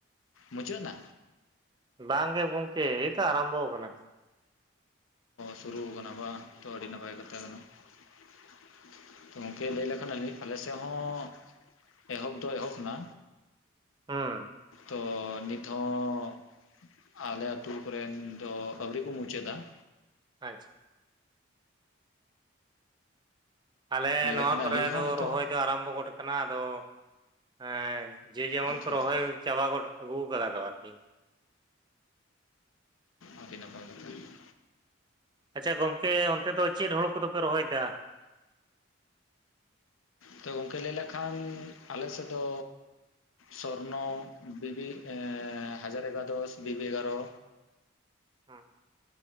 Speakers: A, on the left; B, on the right.
A: ᱢᱩᱪᱟᱹᱫ ᱱᱟ?
B: ᱵᱟᱝ ᱜᱮ ᱜᱚᱢᱠᱮ ᱮᱭ ᱛᱚ ᱟᱨᱚᱢᱵᱷᱚ ᱠᱟᱱᱟ ᱾
A: ᱥᱩᱨᱩ ᱠᱟᱱᱟ ᱵᱟᱝ ᱛᱚ ᱟᱹᱰᱤ ᱱᱟᱯᱟᱭ ᱠᱟᱛᱷᱟ ᱠᱟᱱᱟ ᱾ ᱛᱚ ᱜᱚᱝᱠᱮ ᱞᱟᱹᱭ ᱞᱮᱠᱷᱟᱱ ᱟᱞᱮ ᱥᱮᱫ ᱦᱚᱸ ᱮᱦᱚᱵ ᱫᱚ ᱮᱦᱚᱵ ᱮᱱᱟ
B: ᱦᱩᱸ
A: ᱛᱚ ᱱᱤᱛ ᱦᱚᱸᱚᱸ ᱟᱞᱮ ᱟᱛᱳ ᱠᱚᱨᱮᱱ ᱫᱚ ᱟᱹᱣᱨᱤ ᱠᱚ ᱢᱩᱪᱟᱹᱫᱟ ᱾
B: ᱟᱪᱪᱷᱟ ᱟᱞᱮ
A: ᱞᱟᱹᱭ
B: ᱱᱚᱣᱟ
A: ᱞᱮᱠᱷᱟᱱ
B: ᱠᱚᱨᱮ
A: ᱟᱹᱞᱤᱧ ᱦᱚᱸ
B: ᱫᱚ
A: ᱱᱤᱛᱚᱝ
B: ᱨᱚᱦᱚᱭ ᱫᱚ ᱟᱨᱟᱢᱵᱷᱚ ᱜᱚᱫ ᱟᱠᱟᱱᱟ ᱟᱫᱚ ᱦᱮᱸ ᱡᱮ ᱡᱮᱢᱚᱱ
A: ᱟᱪᱪᱷᱟ
B: ᱠᱚ ᱨᱚᱦᱚᱭ
A: ᱟᱪᱪᱷᱟ
B: ᱪᱟᱵᱟᱜᱚᱫ ᱟᱹᱜᱩᱣᱟᱠᱟᱫᱟ ᱠᱚ ᱟᱨᱠᱤ ᱾
A: ᱟᱰᱤ ᱱᱟᱯᱟᱭ ᱠᱟᱛᱷᱟ ᱜᱮ <inaudible>
B: ᱟᱪᱪᱷᱟ ᱜᱚᱝᱠᱮ ᱚᱱᱛᱮ ᱫᱚ ᱪᱮᱫ ᱦᱩᱲᱩ ᱠᱚᱫᱚ ᱯᱮ ᱨᱚᱦᱚ ᱭᱮᱫᱟ
A: ᱛᱳ ᱜᱚᱢᱠᱮ ᱞᱟᱹᱭ ᱞᱮᱠᱷᱟᱱ ᱟᱞᱮ ᱥᱮᱫ ᱫᱚ ᱥᱚᱨᱱᱚ ᱵᱤᱵᱤ ᱦᱟᱡᱟᱨ ᱮᱠᱟᱫᱚᱥ ᱵᱤᱵᱤ ᱮᱜᱟᱨᱚ
B: ᱦᱮᱸ